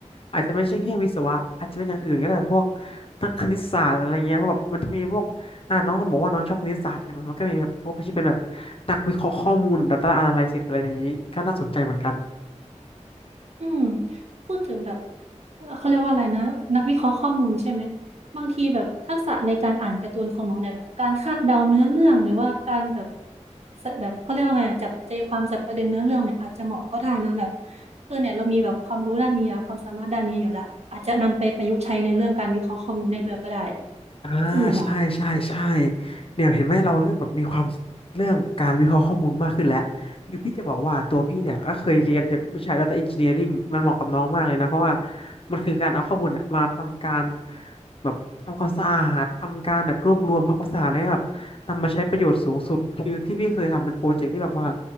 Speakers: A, on the left; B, on the right.
A: อาจจะไม่ใช่แค่วิศวะอาจจะเป็นอย่างอื่นก็ได้พวกนักคณิตศาสตร์อะไรเงี้ยเพราะแบบมันจะมีพวกอ่าน้องบอกว่าน้องชอบคณิตศาสตร์ใช่ไหมมันก็มีแบบพวกที่เป็นแบบนักวิเคราะห์ข้อมูล Data Analysis อะไรอย่างนี้ก็น่าสนใจเหมือนกัน
B: อืมพูดถึงแบบเอ่อเขาเรียกว่าอะไรนะนักวิเคราะห์ข้อมูลใช่ไหมบางทีแบบทักษะในการอ่านการ์ตูนของหนูเนี่ยแบบการคาดเดาเนื้อเรื่องหรือว่าการแบบใส่แบบเขาเรียกว่าไงจับใจความจับประเด็นเนื้อเรื่องเนี่ยอาจจะเหมาะก็ได้นะแบบเออเนี่ยเรามีแบบความรู้ด้านนี้อะความสามารถด้านนี้อยู่ละอาจจะนำไปประยุกต์ใช้ในเรื่องการวิเคราะห์ข้อมูลได้ด้วยก็ได้
A: อ่า
B: เออว่ะ
A: ใช่ใช่ใช่เนี่ยเห็นไหมเราเริ่มแบบมีความคิดเรื่องการวิเคราะห์ข้อมูลมากขึ้นแล้วคือพี่จะบอกว่าตัวพี่เนี่ยก็เคยเรียนเกี่ยวกับวิชา Data Engineering มันเหมาะกับน้องมากเลยนะเพราะว่ามันคือการเอาข้อมูลเนี่ยมาทำการแบบทำความสะอาดทำการแบบรวบรวมทำความสะอาดแล้วก็แบบนำมาใช้ประโยชน์สูงสุดคือที่พี่เคยทำเป็นโปรเจกต์ที่แบบว่า